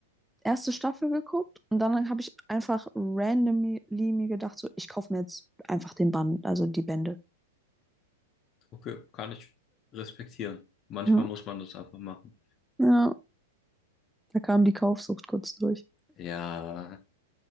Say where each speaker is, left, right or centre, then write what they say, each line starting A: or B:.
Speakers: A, in the centre; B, on the left.
A: erste Staffel geguckt und dann habe ich einfach randomly mir gedacht, so, ich kaufe mir jetzt einfach den Band, also die Bände.
B: Okay, kann ich respektieren. Manchmal
A: Ja,
B: muss man das einfach machen.
A: ja, da kam die Kaufsucht kurz durch.
B: Ja,